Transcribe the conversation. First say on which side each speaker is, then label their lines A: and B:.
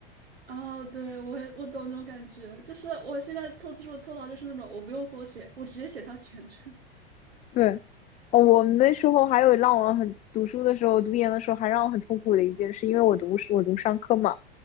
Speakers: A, on the right; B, on the left.
A: 啊，对，我也我懂那种感觉，就是我现在凑字数凑到就是那种我不用缩写，我直接写它全称。
B: 对，哦，我们那时候还有让我很读书的时候，读研的时候还让我很痛苦的一件事，因为我读我读商科嘛，